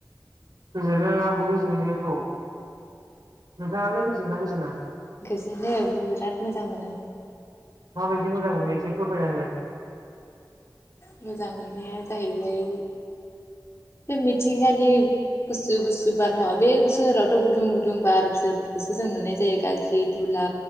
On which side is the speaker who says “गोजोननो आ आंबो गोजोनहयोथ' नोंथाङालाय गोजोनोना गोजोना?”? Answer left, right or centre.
Right